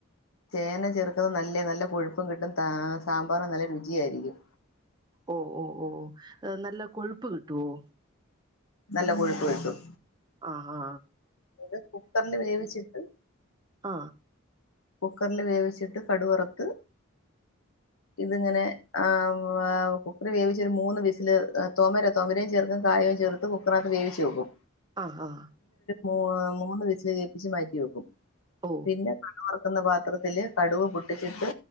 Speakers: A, on the left (about 75°); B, on the right (about 20°).
A: ചേന ചെറുതോ ന്നല്ലേ നല്ല കൊഴുപ്പും കിട്ടും താ സാമ്പാറും നല്ല രുചിയായിരിക്കും
B: ഓ ഓ ഓ നല്ല കൊഴുപ്പ് കിട്ടുവോ
A: നല്ല കൊഴുപ്പ് കിട്ടും.
B: ആഹ് ഹാ
A: അത് കുക്കറിൽ വേവിച്ചിട്ട്
B: ആ
A: കുക്കറിൽ വേവിച്ചിട്ട് കടുവറുത്ത്, ഇതിങ്ങനെ ആ ആ കുക്കറി വേവിച്ചൊരു മൂന്ന് വിസില്, തൊമര തൊമരയും ചേർക്കും കായവും ചേർത്ത് കുക്കറിനകത്ത് വേവിച്ച് വെക്കും.
B: ആഹ് ഹാ
A: ഓഹ് മൂന്ന് വിസില് കേപ്പിച്ച് മാറ്റി വെക്കും.
B: ഓ
A: പിന്നെ വറക്കുന്ന പാത്രത്തില് കടുവ് പൊട്ടിച്ചിട്ട്